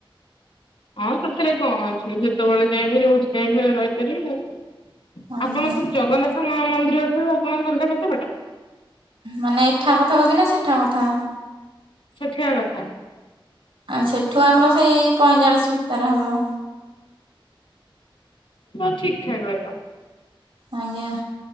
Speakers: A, on the left; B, on the right.
A: ହଁ ସେଥିରେ କଣ ଅଛି ଯେତେବେଳେ ଚାହିଁବେ ଯୋଉଠି ଚାହିଁବେ ରହିପାରିବେ ଆଉ
B: ଆଜ୍ଞା।
A: ଆପଣଙ୍କର ଜଗନ୍ନାଥ ମନ୍ଦିର ଠାରୁ ଆପଣଙ୍କ ଘରଟା କେତେ ବାଟ
B: ମାନେ ଏଠା କଥା କହୁଛ ନା ସେଠା କଥା
A: ସେଠା କଥା
B: ଆ ସେଠୁ ଆମର ସେଇ ପଇଁଚାଳିଶ ଭିତରେ ହବ
A: ହେଉ ଠିକ୍ ଠାକ୍ କହିଲ
B: ଆଜ୍ଞା